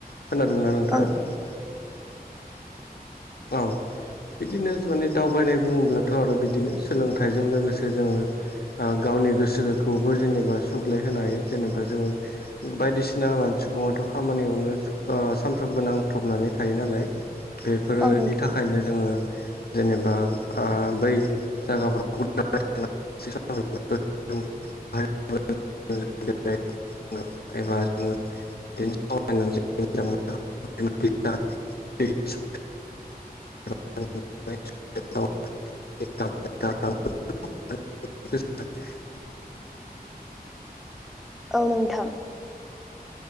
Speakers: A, on the left; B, in the centre.
A: खोनादोंना नों दा
B: औ
A: औ। बिदिनो माने दावबायनाय बुङोब्लाथ' आरो बिदिनो सोलोंथाइजों लोगोसे जोङो। गावनि गोसोखौबो जेनेबा सुग्लायहोनो हायो जेनेबा जोङो। बायदिसिना सुबुङाथ' खामानियावनो ओ सानफ्रोमबो नांथबनानै थायो नालाय बेफोरोनि
B: औ नोंथां
A: थाखायनो जोङो जेनेबा आ बै जागाफोरखौबो <inaudible> <inaudible> <inaudible> <inaudible> <inaudible>
B: औ नोंथां।